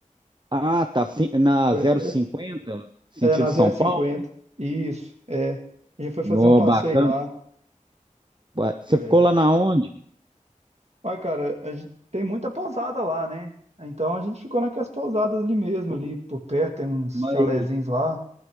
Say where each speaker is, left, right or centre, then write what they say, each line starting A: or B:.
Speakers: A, on the right; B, on the right.
A: Ah, tá. Sim, na
B: Foi-
A: zero cinquenta sentido
B: É, é, na
A: São
B: 050.
A: Paulo.
B: Isso, é. A gente foi fazer
A: No,
B: um passeio
A: bacana.
B: lá.
A: Ué, Você
B: é.
A: ficou lá na onde?
B: Olha, cara, a gente tem muita pousada lá, né? Então a gente ficou naquelas pousadas ali mesmo, ali por perto, tem uns
A: Mas
B: chalezinhos lá.